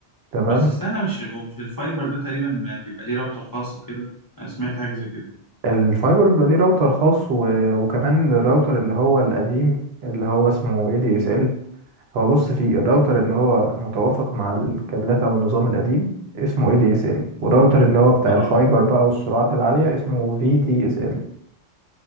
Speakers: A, on the right; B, on the left.
A: تمام
B: بس استنى مش هو مش الفايبر ده تقريبا بيبقى ليه راوتر خاص وكده انا سمعت حاجه زي كده
A: الفايبر بيبقى ليه راوتر خاص و... وكمان الراوتر اللي هو القديم اللي هو اسمه اي دي اس ال هو بص فيه الراوتر اللي هو متوافق مع الكابلات او النظام القديم اسمه اي دي اس ال والراوتر اللي هو بتاع
B: اه
A: الفايبر
B: اه
A: بقى والسرعات العالية اسمه في دي اس ال